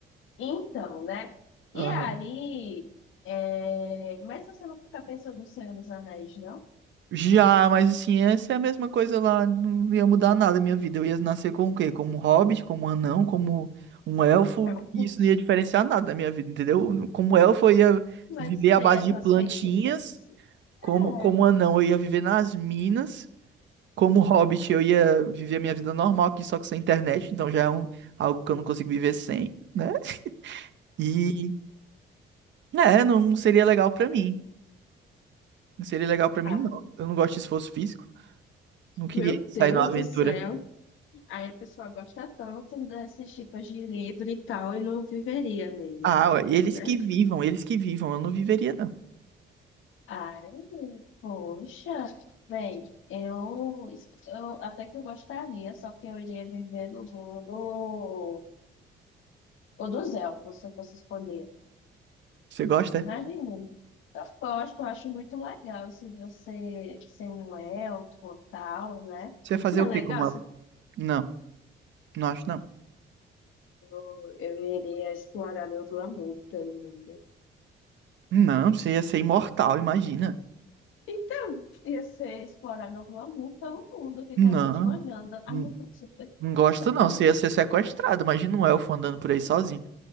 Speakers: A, on the left; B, on the right.
A: Então, né, e
B: Aham.
A: aí, é, mas você não fica pensando no Senhor dos Anéis, não?
B: Já, mas assim, essa é a mesma coisa lá, não ia mudar nada a minha vida. Eu ia nascer com o quê? Como um hobbit, como um anão, como um elfo,
A: Eu
B: e
A: não
B: isso não ia diferenciar nada da minha vida, entendeu? Como elfo, eu ia
A: <laughs>
B: viver
A: sei
B: à base
A: até
B: de plantinhas,
A: os feitiços.
B: como,
A: É,
B: como anão, eu ia viver nas minas, como hobbit, eu ia viver a minha vida normal aqui, só que sem internet, então já é um, algo que eu não consigo viver sem, né? E, né, não seria legal pra mim. Não seria legal pra
A: tá.
B: mim, não. Eu não gosto de esforço físico, não queria
A: Meu
B: sair
A: Deus
B: numa aventura.
A: do céu. Aí a pessoa gosta tanto desses tipos de livro e tal, e não viveria neles,
B: Ah,
A: então,
B: ué, eles
A: né?
B: que vivam, eles que vivam. Eu não viveria, não.
A: Ai, poxa, bem, eu, eu até que eu gostaria, só que eu iria viver no mundo ou dos elfos, se eu fosse escolher.
B: Você gosta? é?
A: Imagina. Eu gosto, eu acho muito legal isso de você ser um elfo e tal, né?
B: Você ia fazer
A: Não
B: o
A: é legal
B: quê como ave?
A: se
B: Não, não acho não.
A: eu, eu iria explorar meu glamour pelo mundo.
B: Não, você ia ser imortal, imagina.
A: Então, ia ser explorar meu glamour pelo mundo, ficar
B: Não,
A: me esbanjando. Ah,
B: não
A: não, eu sou perfeita.
B: não gosto não.
A: Ah, não.
B: Você ia ser sequestrado. Imagina um elfo andando por aí sozinho.